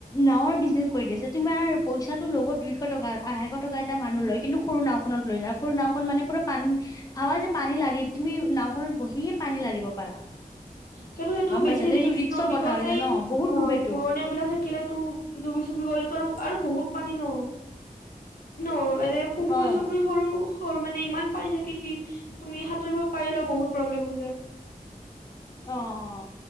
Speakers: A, on the left; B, on the left.
A: নাৱৰ বিজনেছ কৰি দিছে তোমাৰ পইচাটো ল'ব দুইশ টকা আঢ়াইশ টকা এটা মানুহ
B: উম
A: লয় কিন্তু সৰু নাও। খনত লৈ যায় সৰ নাওখন মানে পোৰা পানী। ভাৱা যে পানী লাৰি তুমি নাওখনত বহিয়ে পানী লাৰিব পাৰা।
B: কিন্তু সেইটো
A: গম
B: বেছি
A: পাইছা এইটো
B: ৰিস্ক
A: ৰিক্সৰ
B: ন বিকজ
A: কথা হৈ যায়
B: এই
A: ন বহুত
B: অ
A: ডুবেটো
B: ঘূৰণীয়া বিলাক থাকিলেতো। ডুবি চুবি গ'লেতো আৰু আৰু বহুত পানী ন ন। পুখুৰী
A: হয়
B: চুখুৰী
A: হয়
B: সৰু। ৰ মানে ইমান পানী থাকে কি তুমি সাঁতুৰিব পাৰিলেও বহুত প্ৰব্লেম হৈ যায়।
A: অঁ